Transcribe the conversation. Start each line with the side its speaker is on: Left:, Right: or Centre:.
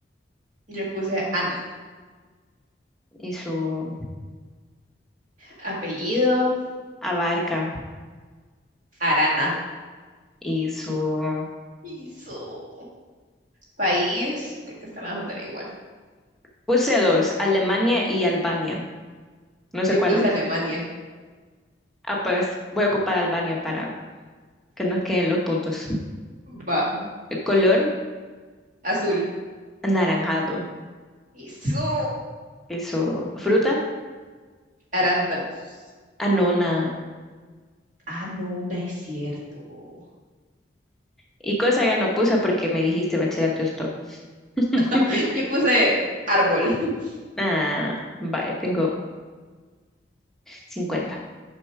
Right: Yo puse Ana.
Centre: y su
Right: Apellido,
Centre: Abarca
Right: Arana.
Centre: y su...
Right: Eso. País, creo que están las otras igual.
Centre: Puse dos, Alemania y Albania. No sé
Right: Yo
Centre: cuáles.
Right: puse Alemania.
Centre: Ah, pues voy a ocupar Albania para que nos queden los puntos.
Right: Va,
Centre: El color,
Right: azul.
Centre: anaranjado.
Right: Eso.
Centre: Eso, fruta,
Right: Arándanos.
Centre: anona.
Right: Ah, no, no es cierto.
Centre: Y cosa ya no puse porque me dijiste bachillerato <laughs>
Right: <laughs> Yo puse árbol. <laughs>
Centre: Ah, vaya, tengo cincuenta